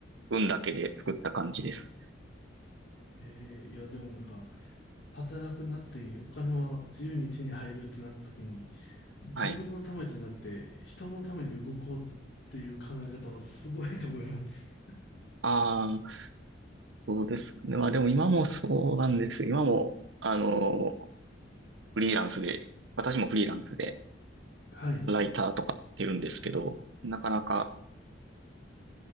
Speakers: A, on the right (about 70°); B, on the left (about 60°).
A: 運だけで作った感じです。
B: へえ、いや、でもなんか、働くなくていい、お金は自由に手に入るってなった時に、自分のためじゃなくて、
A: はい。
B: 人のために動こうっていう考え方はすごいと思います。
A: ああ、そうですね。まあでも今もそうなんです。今も、あの、フリーランスで、私もフリーランスで、
B: はい。
A: ライターとかやってるんですけど、なかなか